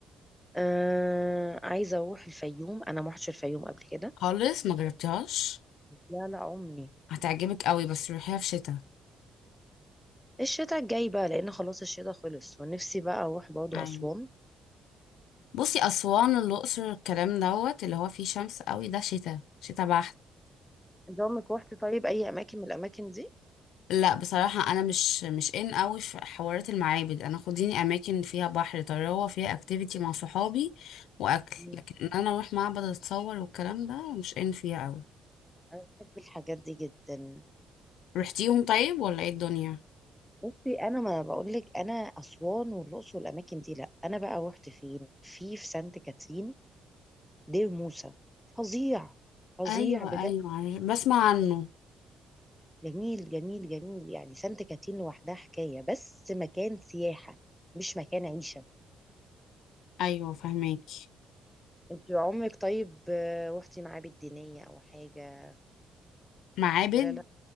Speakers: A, in the centre; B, on the left.
A: آه... عايزه اروح الفيوم انا ما رحتش الفيوم قبل كده
B: خالص ما جربتيهاش
A: لا لا عمري
B: هتعجبك قوي بس روحيها في شتاء
A: الشتاء الجاي بقى لان خلاص الشتاء خلص ونفسي بقى اروح برضه
B: أيوة.
A: اسوان
B: بصي أسوان الأقصر الكلام دوت اللي هو فيه شمس قوي ده شتاء شتاء بحت
A: انت عمرك روحتي طيب اي اماكن من الاماكن دي
B: لا بصراحة أنا مش مش إن قوي في حوارات المعابد أنا خديني أماكن فيها بحر طراوة فيها أكتيفيتي مع صحابي وأكل
A: مم.
B: لكن إن أنا أروح معبد أتصور والكلام ده مش إن فيها قوي
A: انا بحب الحاجات دي جدا
B: رحتيهم طيب ولا إيه الدنيا؟
A: بصي انا ما بقول لك انا اسوان والاقصر والاماكن دي لا انا بقى رحت فين في في سانت كاترين دير موسى فظيع فظيع
B: أيوة
A: بجد
B: أيوة عارف- بسمع عنه
A: جميل جميل جميل يعني سانت كاترين لوحدها حكايه بس مكان سياحه مش مكان عيشه
B: أيوة فهماكي
A: انت عمرك طيب آه، رحتي معابد دينيه او حاجه
B: معابد
A: ولا لا